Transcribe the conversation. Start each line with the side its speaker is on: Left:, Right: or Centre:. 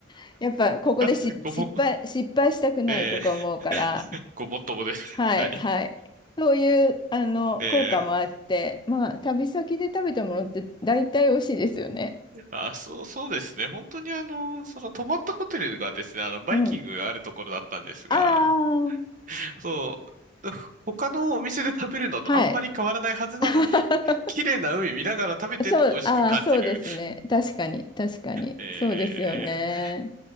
Left: <laughs> やっぱここでし失敗、
Right: えごも、
Left: 失敗したくないとか思うから、
Right: <laughs> ええごもっともです。
Left: はい、
Right: <laughs> はい。
Left: はい。そういうあの効果もあって、
Right: ええ
Left: まあ、旅先で食べたものって大体美味しいですよね。
Right: あ、そう、そうですね。本当にあの、その泊まったホテルがですね、あの、バイキングがあるところだったんですが、
Left: うん。ああ、
Right: そう、他のお店で食べるのとあんまり変わらないはずなのに、
Left: はい。<laughs>
Right: 綺麗な海見ながら食べてると美味しく感じる。
Left: そう、ああ、そうですね。確かに、確かに。
Right: ええ
Left: そうですよね。